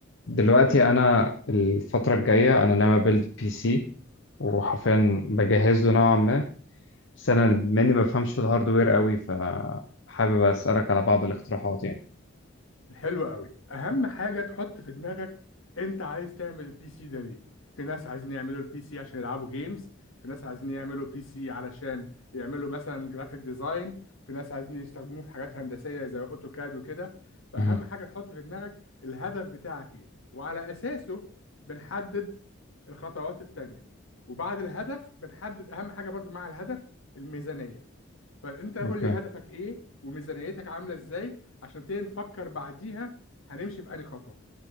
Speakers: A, on the left; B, on the left.
A: دلوقتي انا الفتره الجايه انا ناوي ابيلد بي سي وحرفيا بجهز له نوعا ما بس انا مني ما بفهمش في الهاردوير قوي فحابب اسالك على بعض الاقتراحات يعني
B: حلو قوي اهم حاجه تحط في دماغك انت عايز تعمل البي سي ده ليه في ناس عايزين يعملوا البي سي عشان يلعبوا جيمز في ناس عايزين يعملوا بي سي علشان يعملوا مثلا جرافيك ديزاين في ناس عايزين يستخدموه في حاجات هندسيه زي اوتوكاد وكده فاهم
A: مهم.
B: حاجه تحط في دماغك الهدف بتاعك ايه وعلى اساسه بنحدد الخطوات التانيه وبعد الهدف بنحدد اهم حاجه برضو مع الهدف الميزانيه فانت قول
A: اوكي
B: لي هدفك ايه وميزانيتك عامله ازاي عشان نبتدي نفكر بعديها هنمشي في انهي خطوه